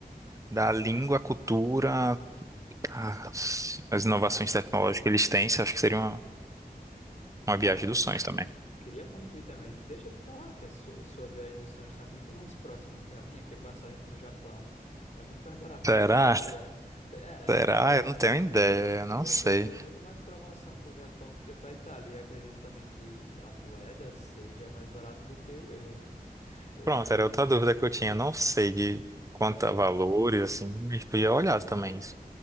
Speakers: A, on the right; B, on the left.
A: da língua, a cultura, as, as inovações
B: Mas,
A: tecnológicas que eles têm, eu acho que seria uma, uma viagem
B: ah,
A: dos sonhos também.
B: queria muito ir também. Deixa eu te falar que a su- sua viagem dos sonhos está muito mais próxima do que a minha, que passagem para o Japão é muito mais <laughs> barato
A: Será?
B: que para a Itália. É,
A: Será?
B: eu já ve...
A: Eu não tenho ideia, eu não
B: eu
A: sei.
B: vejo muito mais promoção para o Japão do que para a Itália. E acredito também que a moeda seja mais barata do que o euro. <laughs> Eu
A: Pronto,
B: acho que
A: era
B: a gente.
A: outra dúvida que eu tinha. Eu Não sei de quanto
B: É,
A: a
B: eu-
A: valores, assim, a gente podia
B: pois
A: olhar
B: é.
A: também isso.